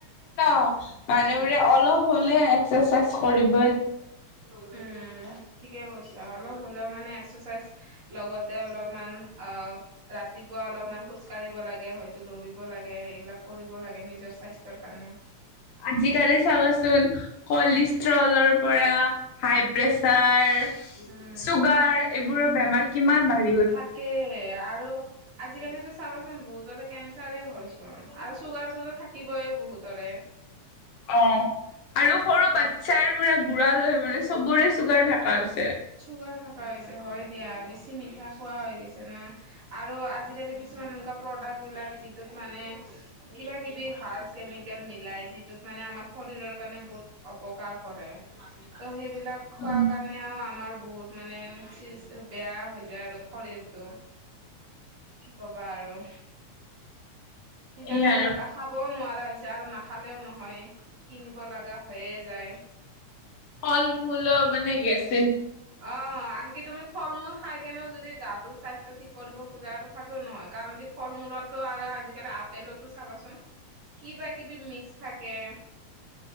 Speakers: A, on the left (about 65°); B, on the right (about 50°).
A: মানুহ বোৰে অলপ হলে এক্াৰচাইজ কৰিব
B: উম, ঠিকে কৈছা অলপ হলেও মানে এক্সাৰচাইজ লগতে অলপমান আহ ৰাতিপুৱা অলপমান খোজ কাঢ়িব লাগে হয়তো দৌৰিব লাগে এইবিলাক কৰিব লাগে নিজৰ স্বাস্থ্যৰ কাৰণে।
A: আজিকালি চাবাচোন কলেষ্ট্ৰলৰ পৰা হাই প্ৰেচাৰ
B: উম
A: চুগাৰ এইবোৰৰ বেমাৰ কিমান বাঢ়।
B: থাকে আৰু আজিকালিতো চাবাচোন বহুতৰে কেঞ্চাৰ হয়ছোন আৰু চুগাৰটোোতো থাকিবই বহুতৰে। <inaudible>
A: অ' আৰু সৰু বাচ্ছাৰ পৰা বুঢ়া লৈ মানে চবৰে চগাৰ থকা হৈছে।
B: চুগাৰ থকা হৈছে হয় দিয়া বেছি মিঠা খোৱা হৈ গৈছে না। আৰু আজিকালি কিছুমান এনেকুৱা প্ৰডাক্ট বিলাক যিটোত মানে কিবা কিবি হাৰ কেমিকেল মিলাই যিটোত মানে আমাৰ শৰীৰৰ কাৰণে বহুত অপকাৰ কৰে ত' সেইবিলাক খোৱা
A: উম।
B: কাৰণে আৰু আমাৰ বহুত মানে বেয়া হৈ যায় আৰু শৰীৰটো। কি কবা আৰু সেইকাৰণে
A: এই আৰু
B: যাত তা খাবও নোৱাৰা হৈছে আৰু নাখালেও নহয়। কিনিব লগা হৈয়ে যায়।
A: ফল মূল মানে গেছ
B: অ' আকি তুমি ফল মূল খাই কেনেও যদি গাটো স্বাস্থ্য ঠিক কৰিব খোজে তথাপিও নহয় কাৰণ কি ফল মূলতটো আৰু আজিকালি পেলতো চাবাচোন কিবা কিবি মিক্স থাকে